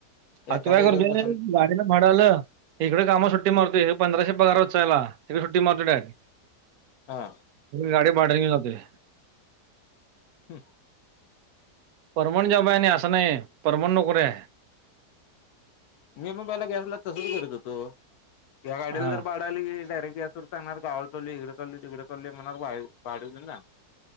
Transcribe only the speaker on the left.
एकाच
याच्यावर
बसून
हा,
हम.
मी मग पहिला गॅसला तसच करत होतो या गाडीला
जर भाडं आली की डायरेक्ट गॅसवर सांणार गावाला चालोय इकडे चालोय तिकडे चलोय म्हणार वाय भाड घिऊन ना.